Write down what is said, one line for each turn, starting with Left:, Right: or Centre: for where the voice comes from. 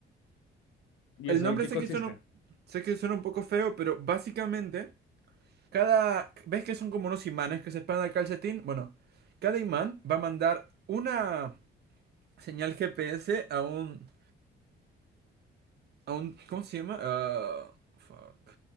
Left: ¿Y
Right: El
Left: eso
Right: nombre
Left: en qué
Right: sé
Left: consiste?
Right: que suena, sé que suena un poco feo, pero básicamente, cada. ¿Ves que son como unos imanes que se pegan al calcetín? Bueno, cada imán va a mandar una señal GPS a un. A un ¿cómo se llama? Ah, fuck.